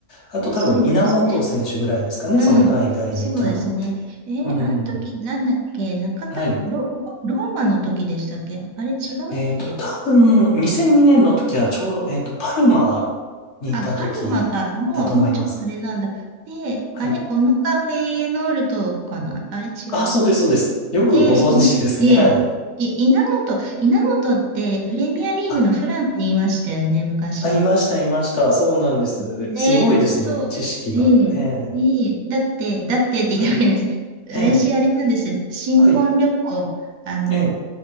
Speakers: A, on the left; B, on the right.
A: あと多分、
B: そうですね。
A: 稲本選手ぐらいですかね、
B: うん、
A: その海外にいたのって。
B: そうですね。えーあの時なんだっけ、
A: うん。
B: 中田、
A: はい。
B: ロ、ロローマの時でしたっけあれ違うっけ
A: えっと、多分、2002年の時はちょうど、えっと、パルマにいた時だと思います。
B: あ、パルマか。もう、もうちょっとあれなんだ。で、
A: はい。
B: あれ、オノカフェイエノールトかなあれ違うっけ
A: あ、そうです、そうです。よくご存知ですね。
B: で、い、いえ、
A: はい。
B: い、稲本、稲本ってプレミアリーグのフラムにいましたよね、
A: あ、
B: 昔。
A: あ、いました、いました。そうなんです。
B: で、
A: すごいですね、
B: そう、
A: 知識が。
B: ええ、
A: ええ、
B: ええ、だって、だってって言ってもいいです。
A: はい。
B: 私、
A: ええ、
B: あれなんですよ。新婚旅行、
A: はい。
B: あの、
A: ええ、